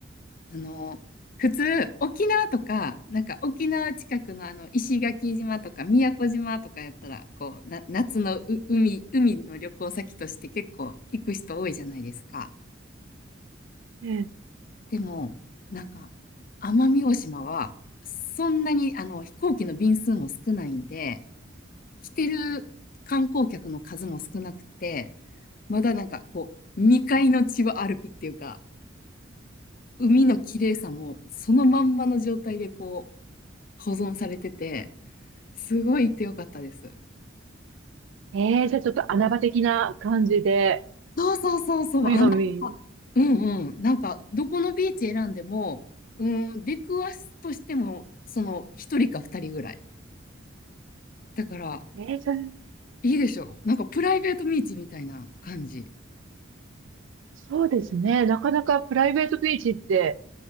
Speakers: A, on the left (about 45°); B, on the right (about 75°).
A: あの、普通、沖縄とか、なんか沖縄近くのあの、石垣島とか宮古島とかやったら、こう、な夏のう海、海の旅行先として結構行く人多いじゃないですか。
B: え
A: でも、なんか、奄美大島は、そんなにあの、飛行機の便数も少ないんで、来てる観光客の数も少なくて、まだなんかこう、未開の地を歩くっていうか、海の綺麗さもそのまんまの状態でこう、保存されてて、すごい行ってよかったです。
B: ええーじゃあちょっと穴場的な感じで、
A: そうそうそうそう、
B: 海が見
A: あの、うんうん。なんか、どこのビーチ選んでも、うん、出くわすとしても、その、一人か二人ぐらい。だから、
B: えー、じゃあ
A: いいでしょう。なんか、プライベートビーチみたいな感じ。
B: そうですね。なかなかプライベートビーチって、